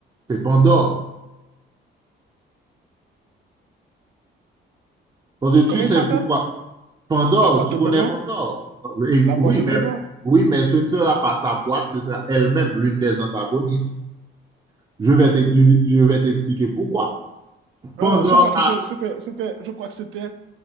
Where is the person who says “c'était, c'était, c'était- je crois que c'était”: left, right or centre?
Right